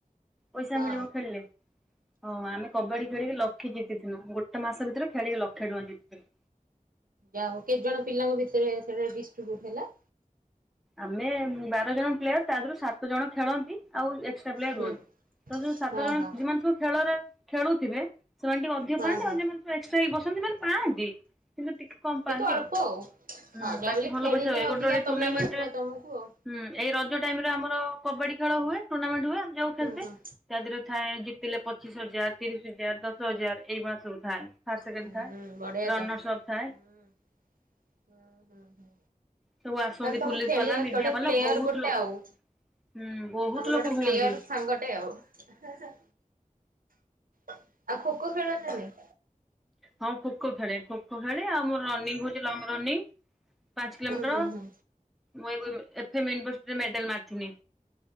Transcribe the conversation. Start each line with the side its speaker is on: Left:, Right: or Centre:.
Centre: ପଇସା
Right: ହଁ
Centre: ମିଳିବ ଖେଳିଲେ ହଁ ଆମେ କବାଡି ଖେଳିକି ଲକ୍ଷେ ଜିତିଥିଲୁ ଗୋଟେ ମାସ ଭିତରେ ଖେଳିକି ଲକ୍ଷେ ଟଙ୍କା ଜିତିଥିଲୁ।
Right: ଯା ହଉ କେତେ ଜଣ ପିଲାଙ୍କ ଭିତରେ ସେ ଡିଷ୍ଟ୍ରିବ୍ୟୁଟ ହେଲା?
Centre: ଆମେ ବାର ଜଣ ପ୍ଲେୟର ତା ଦେହରୁ ସାତ ଜଣ ଖେଳନ୍ତି ଆଉ ଏକ୍ସଟ୍ରା ପ୍ଲେୟାର
Right: ହୁଁ
Centre: ରୁହନ୍ତି। ତ ଯୋଉ ସାତ
Right: ହଁ
Centre: ଜଣ
Right: ହଁ
Centre: ଯଉମାନେ ସବୁ ଖେଳରେ ଖେଳୁଥିବେ ସେମାନେ ଟିକେ ଅଧିକ
Right: ହଁ
Centre: ପାଆନ୍ତି
Right: ହଁ
Centre: ଆଉ ଯୋଉ ମା ଏକ୍ସଟ୍ରା ହେଇକି ବସନ୍ତି ମାନେ ପାଆନ୍ତି କିନ୍ତୁ ଟିକେ କମ୍
Right: କିନ୍ତୁ
Centre: ପାଆନ୍ତି
Right: ଅଳ୍ପ
Centre: ଆଉ ଉଁ
Right: ହଁ ଯାହା
Centre: ବାକି
Right: ବଲେ
Centre: ଭଲ
Right: ଖେଳିଲେ
Centre: ପଇସା ହୁଏ
Right: ଅଧିକା
Centre: ଗୋଟେ ଗୋଟେ
Right: ତ
Centre: ଟୁର୍ଣ୍ଣାମେଣ୍ଟରେ
Right: ମିଳୁଥିବ ତମକୁ ଆଉ
Centre: ହୁଁ ଏଇ ରଜ ଟାଇମ ରେ ଆମର କବାଡି ଖେଳ ହୁଏ ଟୁର୍ଣ୍ଣାମେଣ୍ଟ ହୁଏ ଆମେ ଯାଉ ଖେଳତେ।
Right: ହୁଁ ହୁଁ।
Centre: ତା ଦେହରେ ଥାଏ ଜିତିଲେ ପଚିଶ ହଜାର, ତିରିଶ ହଜାର, ଦଶ ହଜାର ଏଇ ଭଳିଆ ସବୁ ଥାଏ। ଫାଷ୍ଟ ସେକେଣ୍ଡ
Right: ହୁଁ
Centre: ଥାର୍ଡ
Right: ବଢିଆ
Centre: ରନର୍ସ
Right: ତ ହୁଁ
Centre: ଅପ୍ ଥାଏ।
Right: ହୁଁ ହୁଁ ହୁଁ
Centre: ସବୁ ଆସନ୍ତି
Right: ତାହେଲେ ତମ
Centre: ପୁଲିସ
Right: ଖେଳିବା
Centre: ବାଲା ମିଡିଆ
Right: ଗୋଟେ
Centre: ବାଲା
Right: ପ୍ଲେୟର
Centre: ବହୁତ
Right: ଗୋଟେ
Centre: ଲୋକ
Right: ଆଉ।
Centre: ହୁଁ ବହୁତ
Right: ଆମର
Centre: ଲୋକ
Right: ଗୋଟେ
Centre: ହୁଅନ୍ତି।
Right: ପ୍ଲେୟର ସାଙ୍ଗଟେ ଆଉ ଏ ହେଁ ହେଁ ଆଉ ଖୋ ଖୋ ଖେଳ ନା ନାଇଁ?
Centre: ହଁ ଖୋଖୋ ଖେଳେ ଖୋଖୋ ଖେଳେ ଆଉ ମୋର ରନିଙ୍ଗ ହଉଛି ଲଙ୍ଗ ରନିଙ୍ଗ। ପାଞ୍ଚ କିଲୋମିଟର
Right: ହୁଁ ହୁଁ ହୁଁ
Centre: ମୁଁ ଏ <unintelligible> ଏତେ ମେନ ପୋଷ୍ଟରେ ମେଡେଲ ମାରିଥିନି।